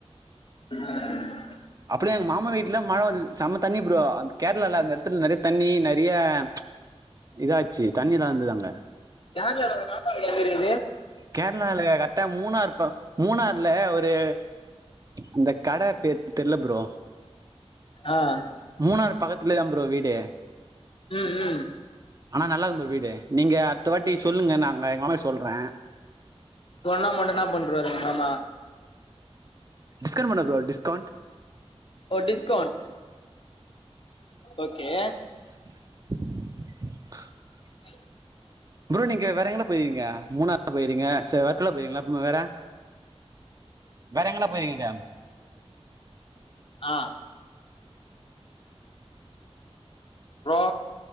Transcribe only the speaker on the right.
அப்படியே எங்க மாமா வீட்ல மழ வந்துச் செம தண்ணி ப்ரோ அந்த கேரளால அந்த இடத்துல நெறய தண்ணி நெறயா ப்ச் இதாச்சு தண்ணியெல்லா வந்தது அங்க.
கேரளால கரெக்டா மூணார் ப மூணார்ல ஒரு அந்த கட பேர் தெர்ல ப்ரோ.
மூணார் பக்கத்துல தா ப்ரோ வீ டு
ஆனா நல்லா இருக்கு ப்ரோ வீ டு நீங்க அடுத்த வாட்டி சொல்லுங்க நாங்க எங்க மாமாகிட்ட சொல்றேன்.
டிஸ்கவுண்ட் பண்ணுவாரா ப்ரோ டிஸ்கவுண்ட்
<unintelligible>
ப்ரோ நீங்க வேற எங்கன போயிர்வீங்க. மூணாறு போயிர்வீங்க சே வே க்குல போயிர்வீங்களா பு வேற வேரெங்கன போய்ருவிங்க